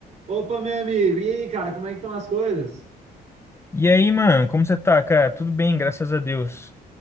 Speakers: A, on the right; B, on the left.
A: Opa, meu amigo, e aí, cara, como é que estão as coisas?
B: E aí, mano, como você tá, cara? Tudo bem, graças a Deus.